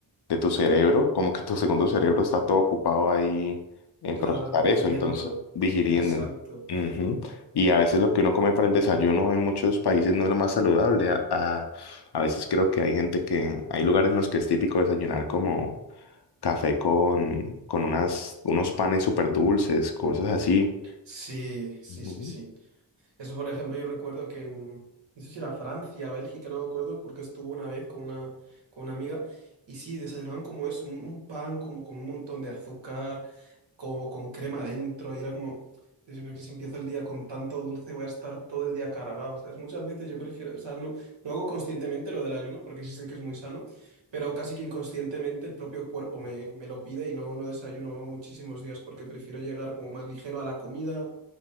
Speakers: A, on the left; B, on the right.
A: de tu cerebro, como que tu segundo cerebro está todo ocupado ahí en
B: Claro,
A: procesar
B: digiriendo.
A: eso, entonces digiriendo.
B: Exacto.
A: Ujú. Y a veces lo que uno come para el desayuno en muchos países no es lo más saludable. A, a- a veces creo que hay gente que, hay lugares en los que es típico desayunar como café con, con unas, unos panes súper dulces, cosas así.
B: Sí, sí,
A: Ujú.
B: sí, sí. Eso, por ejemplo, yo recuerdo que en, no sé si era Francia, Bélgica, no me acuerdo, porque estuve una vez con una, con una amiga y sí, desayunaban como eso, un, un pan con, con un montón de azúcar, co- con, crema dentro, y era como, yo creo que si empiezo el día con tanto dulce voy a estar todo el día cargado, ¿sabes? Muchas veces yo prefiero, o sea, no, no hago conscientemente lo del ayuno, porque sí sé que es muy sano, pero casi que inconscientemente el propio cuerpo me, me lo pide y no, no desayuno muchísimos días porque prefiero llegar como más ligero a la comida